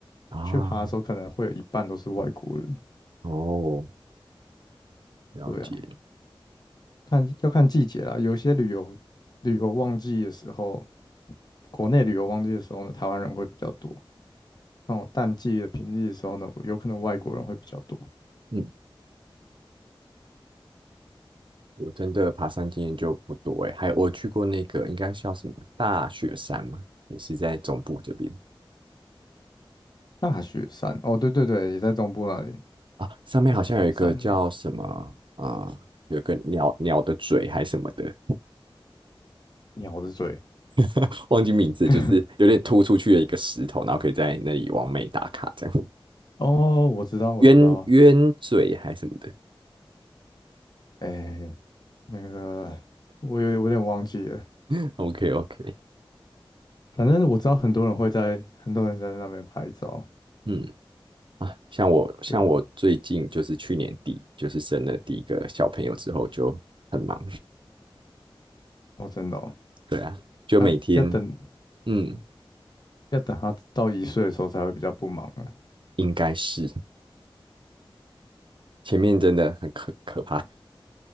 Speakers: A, on the right; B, on the left.
A: 啊，
B: 去爬的时候，可能会有一半都是外国人。
A: 哦，了解。
B: 对啊，看要看季节啦，有些旅游旅游旺季的时候，国内旅游旺季的时候呢，台湾人会比较多。那种淡季的平日的时候呢，有可能外国人会比较多。
A: 嗯。我真的爬山经验就不多诶，还有我去过那个应该叫什么大雪山嘛，也是在中部这边
B: 大雪山，哦，对对对，也在中部那里。
A: 啊，上面好像有一个叫什么
B: 大雪山，
A: 啊、呃有个鸟鸟的嘴还什么的，
B: 鸟的嘴。
A: <laughs> 忘记名字，
B: <laughs>
A: 就是有点突出去的一个石头，然后可以在那里完美打卡这样，
B: 哦，我知道，我知道。
A: 鸳鸳嘴还什么的
B: 哎，那个，我有我有点忘记了。
A: <laughs>，OK OK，
B: 反正我知道很多人会在，很多人在那边拍照。
A: 嗯啊，像我像我最近就是去年底就是生了第一个小朋友之后就很忙，
B: 对啊，哦，真的哦，
A: <laughs> 对啊，就每天。
B: 啊，要等
A: 嗯，
B: 要等他到一岁的时候才会比较不忙啊。
A: 应该是前面真的很可可怕。